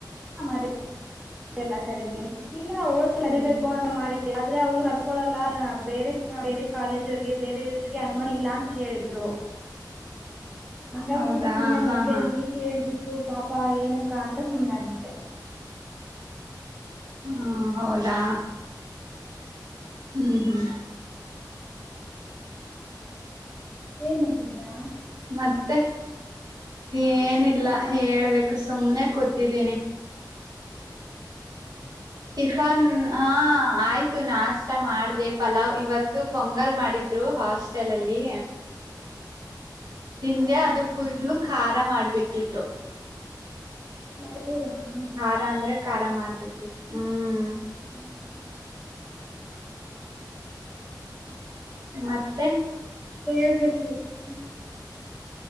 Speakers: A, in the centre; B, on the right (about 60°).
A: ಮರಿಯಲ್ಲ ಕರಿತೀನಿ ಇಲ್ಲ ಓಸ
B: ಹ್ಮ್
A: ಹರಿಬೇಕು ಅಂತ ಮಾಡಿ ಆದ್ರೆ ಅವ್ರು ಕರೋಕೊಳಲ್ಲಾ <unintelligible> ಬೇರೆ ಬೇರೆ ಕಾಲೇಜ್ ಅವ್ರಿಗೆ ಬೇರೋರಿಗೆ ಅನುಮತಿ ಇಲ್ಲ ಅಂತ ಹೇಳಿದ್ರು ಹಾಂಗ್ಗಾಗ್ಬಿಟ್ಟು
B: ಹೌದಾ
A: ಸುಮ್ಮನೆ
B: ಹಾ
A: ಮತ್ತೆ
B: ಹಾ
A: ನಿನಗೆ ಹೇಳ್ಬಿಟ್ಟು ಪಾಪ ಏನಕ್ಕಾ ಅಂತ ಸುಮನೆ ಆಗ್ಬೇಕ್ <unintelligible>
B: ಹಾ ಹೌದಾ ಹ್ಮ್ ಹ್ಮ್
A: ಏನ್ ಮಾಡ್ತಿದೀಯಾ
B: ಮತ್ತೆ ಏನಿಲ್ಲ ಹೇಳ್ಬೇಕು <unintelligible> ಸುಮ್ನೆ ಕೂತಿದ್ದೀನಿ <unintelligible> ಇಫಾನ್ ಹ ಆಯ್ತು ನಾಸ್ ಊಟ ಮಾಡ್ದೆ ಪಲಾವ್ ಇವತ್ತು ಪೊಂಗಲ್ ಮಾಡಿದ್ರು ಹಾಸ್ಟೆಲ್ ಅಲ್ಲಿ ತಿಂದೆ <unintelligible> ಅದು ಫುಲ್ ಖಾರ ಮಾಡ್ಬಿಟ್ಟಿದ್ರು
A: ಹೌದಾ <unintelligible>
B: ಖಾರ ಅಂದ್ರೆ ಖಾರ ಮಾಡ್ಬಿಟಿ <unintelligible> ಹ್ಮ್
A: <unintelligible>
B: ಮತ್ತೆ
A: ಹೇಳ್ಬೇಕು <unintelligible>